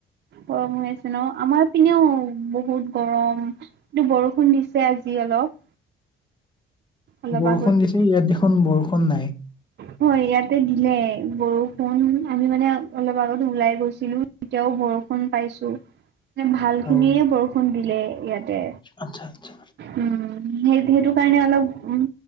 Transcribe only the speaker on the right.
গৰম হৈ আছে ন! আমাৰ পিনেও বহুত গৰম। কিন্তু বৰষুণ দিছে আজি অলপ। অলপ
আগত
হয়, ইয়াতে দিলে বৰষুণ, আমি মানে অলপ আগত ওলাই গৈছিলো। এতিয়াও বৰষুণ পাইছো মানে ভাল খিনিয়ে
বৰষুণ দিলে ইয়াতে।
উম, সেই সেইটো কাৰণে অলপ উম,